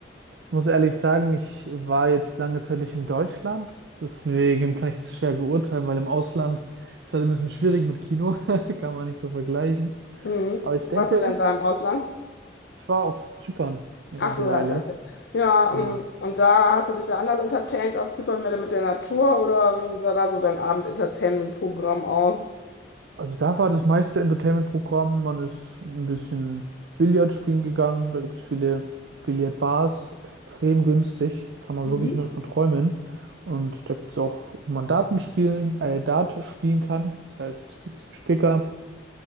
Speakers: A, on the right; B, on the left.
A: ich muss ehrlich sagen, ich war jetzt lange Zeit nicht in Deutschland, deswegen kann ich das schwer beurteilen, weil im Ausland ist halt ein bisschen schwierig mit Kino, <laughs> kann man nicht so vergleichen.
B: Mhm.
A: Aber ich
B: Wo
A: denke,
B: warst du denn da im Ausland?
A: ich war auf Zypern eine
B: Ach
A: ganze
B: so, ja,
A: Weile.
B: das heißt, ja,
A: Genau.
B: ähm, und da hast du dich da anders entertaint auf Zypern mehr mit der Natur oder wie sah da so dein Abend-Entertainment-Programm aus?
A: Also da war das meiste Entertainment-Programm. Man ist ein bisschen Billard spielen gegangen. Da gibt es viele Billardbars, extrem günstig. Kann man
B: Mhm.
A: wirklich nur von träumen. Und da gibt es auch, wo man Daten spielen, äh, Dart spielen kann. Das heißt, mit diesem Spicker.